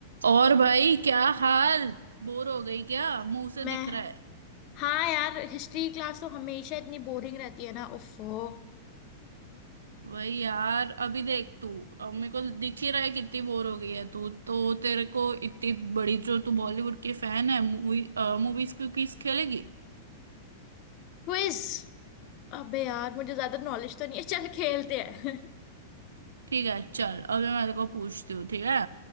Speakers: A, on the right; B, on the left.
A: और भाई क्या हाल बोर हो गई क्या मुंह से
B: मैं
A: दिख रहा है
B: हाँ यार हिस्ट्री क्लास तो हमेशा इतनी बोरिंग रहती है ना उफ्फो
A: भाई यार अभी देख तू अब मेरे को दिख ही रहा है कितनी बोर हो गई है तू तो तेरे को इतनी बड़ी जो तू बॉलीवुड की फैन है मूवी मूवीज की क्विज खेलेगी
B: क्विज अबे यार मुझे ज्यादा नॉलेज तो नहीं है चल खेलते हैं <laughs>
A: ठीक है चल अभी मैं तेरे को पूछती हूँ ठीक है